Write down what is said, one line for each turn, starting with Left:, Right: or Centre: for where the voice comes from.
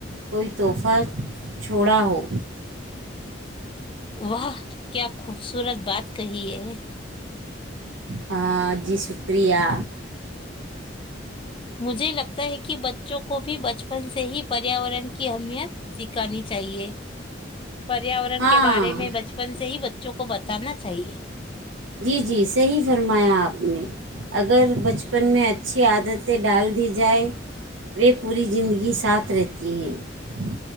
Right: کوئی تحفہ چھوڑا ہو
Left: وہاہ کیا خوبصورت بات کہی ہے
Right: ہ جی شکریہ
Left: مجھے لگتا ہے کہ ب بوں کو بھی بچپن سے ہی پریاورن کی اہمیت سکھانی چاہیے پریاورن
Right: ہاں
Left: کے بارے میں بچپن سے ہی بچوں کو بتانا چاہیے
Right: جی جی صحیح فرمایا آپ نے اگر بچپن میں اچھی عادتیں ڈال دی جائے وہ پوری زندگی ساتھ رہتی ہیں